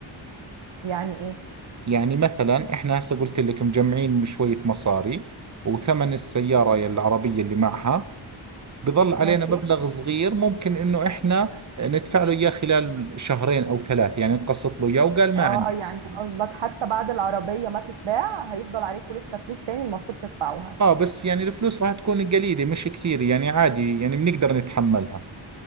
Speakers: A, on the right (about 75°); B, on the right (about 35°).
A: يعني ايه
B: يعني مثلا احنا هسه قلت لك مجمعين شويه مصاري وثمن السياره العربيه اللي معها بظل علينا
A: ماشي
B: مبلغ صغير ممكن انه احنا ندفع له اياه خلال شهرين او ثلاث يعني نقسط له اياه وقال ما
A: اه
B: عندي
A: يعني
B: مشكلة
A: قصدك حتى بعد العربية ما تتباع هيفضل عليكم لسه فلوس تاني المفروض تدفعوها
B: اه بس يعني الفلوس راح تكون قليلة مش كثير يعني عادي يعني بنقدر نتحملها